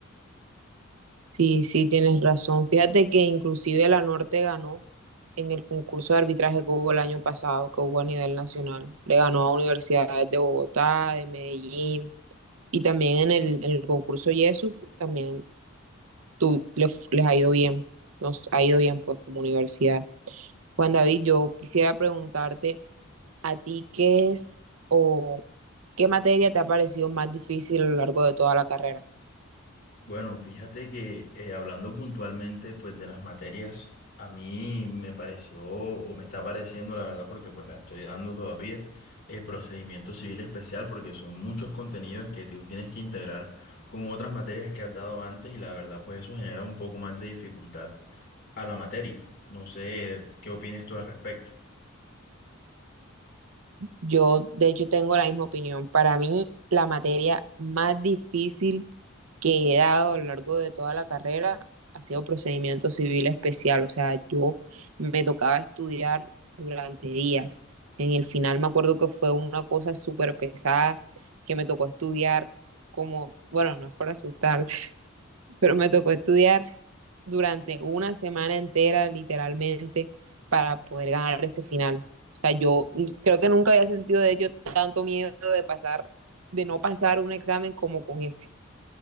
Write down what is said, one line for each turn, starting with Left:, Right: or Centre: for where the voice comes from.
Right: Sí, sí, tienes razón. Fíjate que inclusive la Norte ganó en el concurso de arbitraje que hubo el año pasado, que hubo a nivel nacional. Le ganó a universidades de Bogotá, de Medellín, y también en el, en el concurso YESU, también tú, les, les ha ido bien, nos ha ido bien pues como universidad. Juan David, yo quisiera preguntarte a ti qué es o qué materia te ha parecido más difícil a lo largo de toda la carrera.
Left: Bueno, fíjate que eh, hablando puntualmente pues de las materias, a mí me pareció o me está pareciendo la verdad porque pues la estoy dando todavía, eh, procedimiento civil especial porque son muchos contenidos que tú tienes que integrar con otras materias que has dado antes y la verdad pues eso genera un poco más de dificultad a la materia. No sé qué opinas tú al respecto.
Right: Yo, de hecho, tengo la misma opinión. Para mí, la materia más difícil que he dado a lo largo de toda la carrera ha sido procedimiento civil especial. O sea, yo me tocaba estudiar durante días. En el final me acuerdo que fue una cosa súper pesada que me tocó estudiar como, bueno, no es por asustarte. pero me tocó estudiar durante una semana entera, literalmente, para poder ganar ese final. O sea, yo mm, creo que nunca había sentido de ello tanto miedo de pasar, de no pasar un examen como con ese.